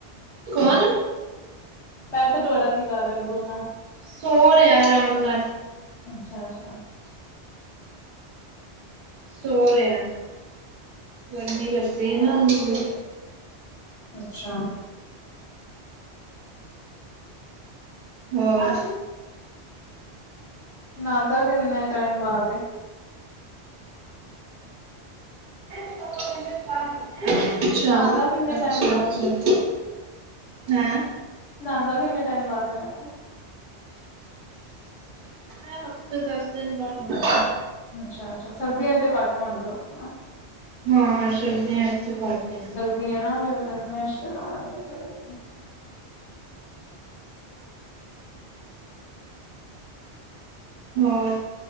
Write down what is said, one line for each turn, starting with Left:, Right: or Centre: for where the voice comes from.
Right: ਕੌਨ?
Left: ਪੈਟ ਤੁੁਆੜਾ ਕੀ ਕਾਰ ਰੇਆ ਬ੍ਰੂਨੋ?
Right: ਸੋ ਰੇਆ ਅਰਾਮ ਨਾਲ।
Left: ਅੱਛਾ-ਅੱਛਾ।
Right: ਸੋ ਰੇਐ, ਗਰਮੀ ਲੱਗਦੀ ਏਨਾ ਓਨੂੰ ਵੀ।
Left: ਅੱਛਾ।
Right: ਹੋਰ?
Left: ਨਾਂਦਾ ਕਿੰਨੇ ਟਾਈਮ ਬਾਦ ਏ?
Right: <unintelligible>
Left: ਨਾਂਦਾ ਕਿੰਨੇ
Right: ਅੱਛਾ
Left: ਟਾਈਮ ਬਾਦ
Right: ਅੱਛਾ
Left: ਐ?
Right: ਹੈਂ
Left: ਨਾਂਦਾ ਕਿੰਨੇ ਟਾਈਮ ਬਾਦ ਏ ਮੈ ਕੇਆ?
Right: ਏ ਹਫਤੇ ਦਸ ਦਿਨ ਬਾਦ ਨਾਂਦੈ।
Left: ਅੱਛਾ-ਅੱਛਾ, ਸਰਦੀਆਂ 'ਚ ਤੇ ਘਾੱਟ ਨਵਾਂਦੇ ਹੋਨੇ ਨਾ?
Right: ਹਾਂ, ਸਰਦੀਆਂ 'ਚ ਤੇ ਘੱਟ ਈ <unintelligible>
Left: ਤੇ ਏਨਾ <unintelligible> ਗਰਮੀਆਂ 'ਚ ਤੇ ਨਵਾਣਾ ਪੈਂਦਾ ਈ ਏ।
Right: ਹੋਰ?